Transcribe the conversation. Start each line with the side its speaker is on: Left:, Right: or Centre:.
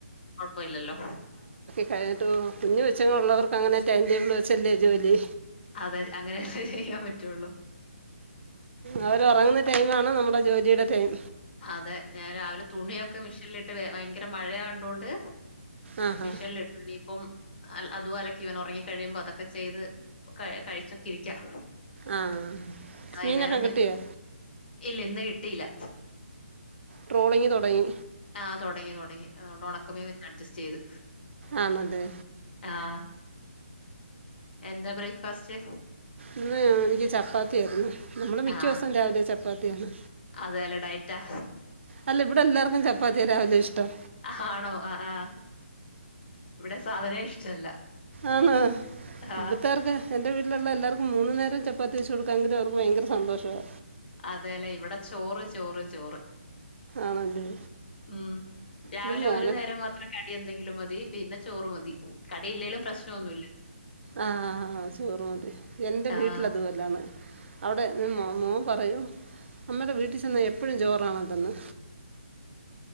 Left: കൊഴപ്പല്ല ല്ലോ?
Right: കഴിട്ട് കുഞ്ഞ് കൊച്ചുങ്ങൾ ഉള്ളവർക്ക് അങ്ങനെ ടൈം ടബിൾ വെച്ചല്ലേ ജോലി.
Left: അതെ, അങ്ങനെയെ ചെയ്യാൻ പറ്റുള്ളൂ.
Right: അവർ ഒറങ്ങുന്ന ടൈം ആണ്. നമ്മുടെ ജോലിയുടെ ടൈം.
Left: അതെ, ഞാൻ രാവിലെ തുണിയൊക്കെ മിഷീനിലിട്ട് ഭയങ്കര മഴ കണ്ടൊ ണ്ട്.
Right: ആ ഹാ
Left: മിഷീനിലിട്ടു. ഇനിയിപ്പം അതും അലക്കി വേണം ഉറങ്ങി കഴിയുമ്പോ അതൊക്കെ. ഒക്കെ ചെയ്ത് കഴിച്ചൊക്കെ ഇരിക്കാം.
Right: ആ
Left: വൈകുന്നേരം
Right: മീനൊക്കെ
Left: വ
Right: കിട്ടിയോ
Left: ഇല്ല, ഇന്ന് കിട്ടിയില്ല.
Right: ട്രോളിങ്ങ് തൊടങ്ങി
Left: ആഹ് തൊടങ്ങി തൊടങ്ങി അതോണ്ട് ഒണക്കമീൻ വെച്ചഡ്ജസ്റ്റയ്ത്
Right: ആണല്ലേ
Left: ആഹ് എന്താ ബ്രേക്ക്ഫാസ്റ്റ്
Right: ഇന്ന് എനിക്ക് ചപ്പാത്തിയാര്ന്ന് നമ്മള് മിക്കോസവും
Left: ആഹ്
Right: രാവിലെ ചപ്പാത്തിയാണ്
Left: അതേലെ ഡയറ്റാ
Right: അല്ല ഇവിടെല്ലാർക്കും ചപ്പാത്തിയാ രാവിലെ ഇഷ്ടം
Left: ഹാണോ ആ ആ ഇവിടെ സാധനേ ഇഷ്ടല്ല
Right: ആന്നൊ
Left: ആഹ്
Right: ഇവിടുത്താർക്ക് എൻ്റെ വീട്ടിലൊള്ള എല്ലാർക്കും മൂന്നു നേരം ചപ്പാത്തി വെച്ച് കൊടുക്കാെങ്കിലും അവർക്ക് ഭയങ്കര സന്തോഷവാ
Left: അതേല്ലേ ഇവിടെ ചോറ് ചോറ് ചോറ്
Right: ആണല്ലേ
Left: ഉം രാവിലെ
Right: ഇത് മോനെ
Left: ഒരു നേരം മാത്രേ കടി എന്തെങ്കിലും മതി പിന്ന ചോറ് മതി കടിയില്ലേലും പ്രശ്നൊന്നുല്ല
Right: ആഹ് ആ ആ ചോറു മതി എൻ്റെ വീട്ടിലതുപോലാണ്
Left: ആഹ്
Right: അവിടെ മോ മോൻ പറയും അമ്മേടെ വീട്ടിൽ ചെന്ന എ എപ്പഴും ചോറാണ തന്നെ